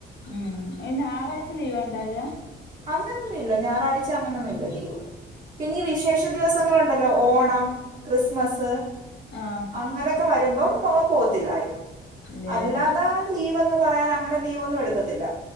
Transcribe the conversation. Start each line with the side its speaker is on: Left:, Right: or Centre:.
Left: ഉം ഇ ഞായറാഴ്ച ലീവാ ഉണ്ടാവുവാ
Right: അങ്ങനെയൊന്നും ഇല്ല ഞായറാഴ്ച അങ്ങനൊന്നും ഇല്ല ലീവ് പിന്നെ ഈ വിശേഷ ദിവസങ്ങളുണ്ടല്ലോ ഓണം ക്രിസ്മസ്
Left: ആഹ്
Right: അങ്ങനെയൊക്കെ വരുമ്പം പോത്തില്ല ആരും
Left: ഇല്ലല്ലേ
Right: അല്ലാതെ ലീവ് എന്ന് പറയാൻ അങ്ങനെ ലീവ് ഒന്നും എടുക്കത്തില്ല